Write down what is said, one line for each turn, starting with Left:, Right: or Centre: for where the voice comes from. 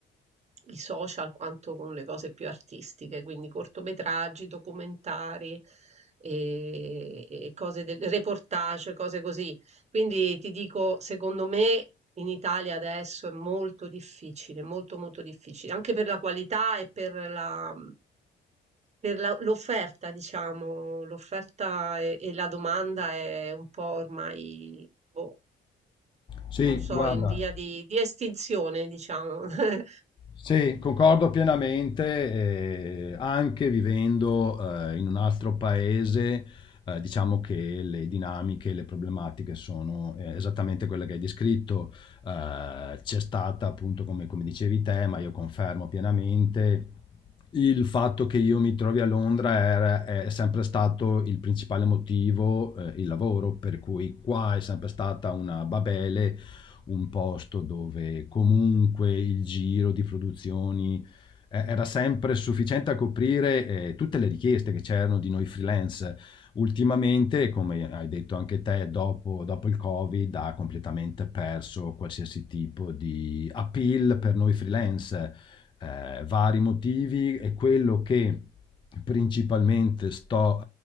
Right: i social quanto con le cose più artistiche, quindi cortometraggi, documentari e e cose del reportage, cose così. Quindi ti dico, secondo me in Italia adesso è molto difficile, molto molto difficile, anche per la qualità e per la, per la- l'offerta, diciamo, l'offerta e, e la domanda è un po' ormai, boh,
Left: Sì,
Right: non so,
Left: guarda.
Right: in via di, di estinzione, diciamo. <laughs>
Left: Sì, concordo pienamente, eh, anche vivendo eh, in un altro paese, eh, diciamo che le dinamiche, le problematiche sono eh, esattamente quelle che hai descritto. Eh, c'è stata appunto, come, come dicevi te, ma io confermo pienamente, il fatto che io mi trovi a Londra era- è sempre stato il principale motivo, eh, il lavoro, per cui qua è sempre stata una babele un posto dove comunque il giro di produzioni eh, era sempre sufficiente a coprire eh, tutte le richieste che c'erano di noi freelance. Ultimamente, come hai detto anche te, dopo, dopo il Covid ha completamente perso qualsiasi tipo di appeal per noi freelance, eh, vari motivi e quello che principalmente sto